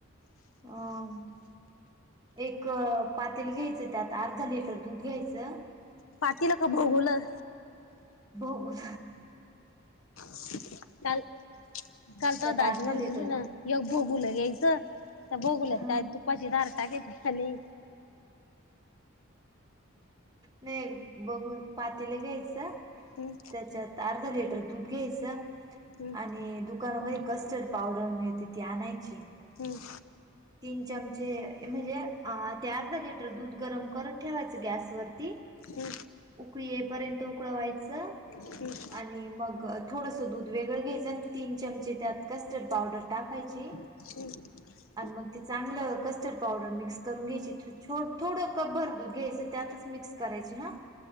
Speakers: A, on the right; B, on the left.
A: हम. एक पातील घ्यायचं त्यात अर्ध लिटर दूध घ्यायचं
B: पातील का, बघूलं
A: भगून.
B: काल, काल तू
A: त्यात
B: दाजी
A: अर्धा
B: म्हणत
A: लिटर
B: होते ना
A: दूध
B: एक भगूल घ्यायचं त्या भगुल्यात
A: हा
B: काय, तुपाची धार टाकायची आणि
A: नाही बघून पातीला घ्यायचं
B: हम्.
A: त्याच्यात अर्धा लिटर दूध घ्यायचं
B: हम्म
A: आणि दुकानामध्ये कस्टर्ड पावडर मिळते ती आणायची.
B: हम्म.
A: तीन चमचे म्हणजे ते अर्धा लिटर दूध गरम करत ठेवायचं गॅसवररती
B: ह <unintelligible>
A: उकळी येपर्यंत उकळायचं.
B: हम्म
A: आणि मग थोडंसं दूध वेगळं घ्यायचं आणि तीन चमचे त्यात कस्टर्ड पावडर टाकायची.
B: हो <unintelligible>
A: आणि मग ते चांगलं कस्टर्ड पावडर मिक्स करून घ्यायची, थोडं कप भर दूध घ्यायचं त्यातच मिक्स करायची ह.